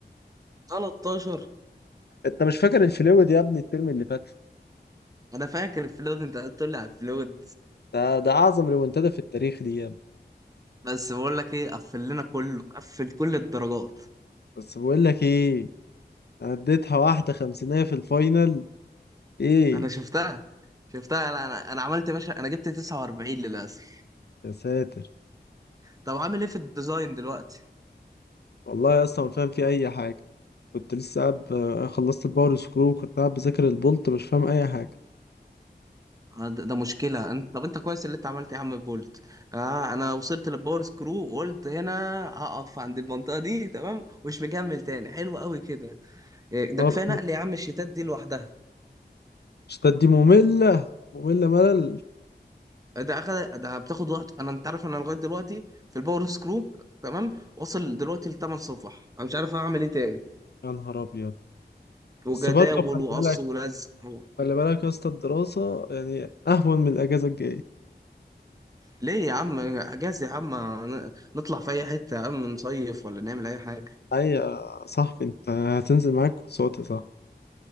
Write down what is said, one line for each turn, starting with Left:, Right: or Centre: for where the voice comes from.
Right: 13
Left: انت مش فاكر الفلويد يا ابني الترم اللي فات
Right: انا فاكر الفلود انت قلت لي على الفلود
Left: ده ده اعظم ريمونتادا في التاريخ دي يا ابني
Right: بس بقول لك ايه قفل لنا كله قفل كل الدرجات
Left: بس بقول لك ايه انا اديتها واحده خمسينيه في الفاينل ايه
Right: انا شفتها شفتها لا انا انا عملت يا باشا انا جبت 49 للاسف
Left: يا ساتر
Right: طب عامل ايه في الديزاين دلوقتي
Left: والله يا اسطى ما فاهم في اي حاجه كنت لسه قاعد آه، خلصت الباور سكرو كنت قاعد بذاكر البولت مش فاهم اي حاجه
Right: آه، ده ده مشكله انت طب انت كويس اللي انت عملت يا عم بولت اه انا وصلت للباور سكرو وقلت هنا هقف عند المنطقه دي تمام ومش مكمل تاني حلو قوي كده إيه، ده
Left: آه،
Right: كفايه نقل يا عم الشيتات دي لوحدها
Left: الشتات دي ممله ممله ملل
Right: ده اخد ده بتاخد وقت انا انت عارف انا لغايه دلوقتي في الباور سكرو تمام وصل دلوقتي لثمان صفح انا مش عارف اعمل ايه تاني
Left: يا نهار ابيض
Right: وجداول
Left: بس برضه خلي
Right: وقص
Left: بالك
Right: ولزق
Left: خلي بالك يا اسطى الدراسه يعني اهون من الاجازه الجايه
Right: ليه يا عم اجازة يا عم ن- نطلع في اي حتة يا عم نصيف ولا نعمل اي حاجة
Left: اي يا صاحبي انت هتنزل معاك كورسات يا صاحبي